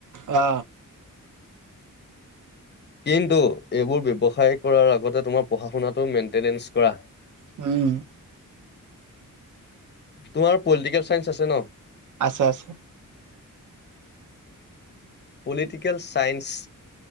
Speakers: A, on the right (about 65°); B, on the left (about 35°).
A: অ
B: কিন্তু এইবোৰ ব্যৱসায়ী কৰাৰ আগতে তোমাৰ পঢ়া শুনাটো মেইনটেনেঞ্চ কৰা
A: উম
B: তোমাৰ পলিটিকেল ছাইন্স আছে ন?
A: আছে আছে
B: পলিটিকেল চাইন্স